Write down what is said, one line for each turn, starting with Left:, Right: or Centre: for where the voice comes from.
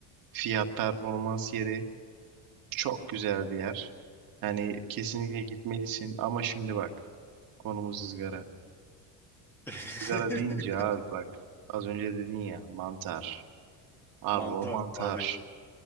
Right: Fiyat performans yeri. Çok güzel bir yer. Yani kesinlikle gitmelisin ama şimdi bak. Konumuz ızgara.
Centre: <laughs>
Right: Izgara deyince abi bak. Az önce dedin ya mantar. Abi
Centre: mantar
Right: o mantar.
Centre: abi.